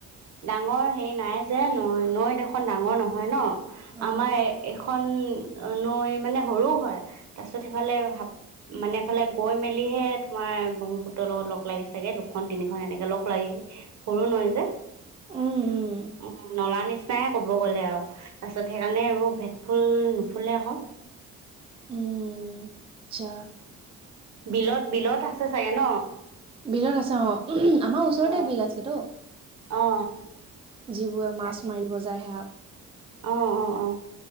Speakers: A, on the right; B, on the right.
A: ডাঙৰ হেই নাই যে নৈ নৈ দেখন ডাঙৰ নহয় ন
B: অ
A: আমাৰ এখন অ নৈ মানে সৰুও হয় তাৰছত সেইফালে মানেফালে গৈ মেলিহে তোমাৰ ব্ৰহ্মপুত্ৰৰ লগত লগ লাগিছে চাগে দুখন তিনিখন এনেকে লগ লাগি সৰু নৈ যে
B: উম উম
A: অ নলা নিচিনাই কব গ'লে আও তাৰছত সেইকাৰণে এইবোৰ ভেদ ফুল নুফুলে ক
B: উম ছোৱা
A: বিলত বিলত আছে চাগে ন
B: বিলত আছে অ আমাৰ ওচৰতে
A: অ',
B: বিল আছে ত
A: অ
B: যিবোৰে মাছ
A: তাকে
B: মাৰিব যায় হেয়াত
A: অ অ অ